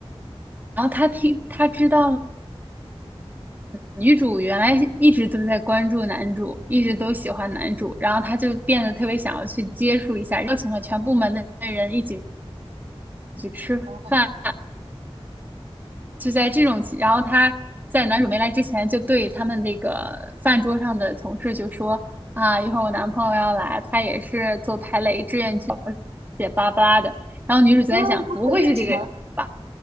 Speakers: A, on the right; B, on the right.
A: 然后他听他知道了，女主原来一直都在关注男主，一直都喜欢男主，然后他就变得特别想要去接触一下，邀请了全部门的人一起去吃饭，
B: 嗯
A: 就在这种，然后他在男主没来之前，就对他们那个饭桌上的同事就说啊，一会儿我男朋友要来，他也是做排雷志愿者，姐巴拉巴拉的。然后女主就在想，
B: 嗯，不是绿茶，
A: 不会是这个人吧？